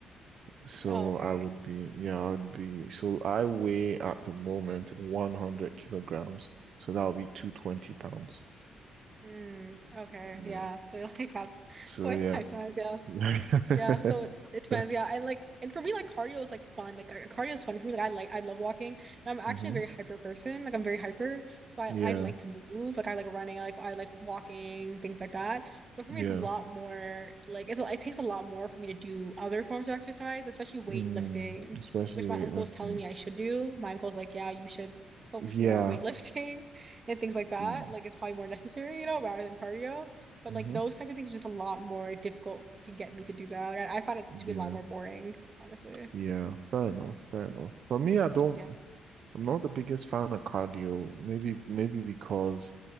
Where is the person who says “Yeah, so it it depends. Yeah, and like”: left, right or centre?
Right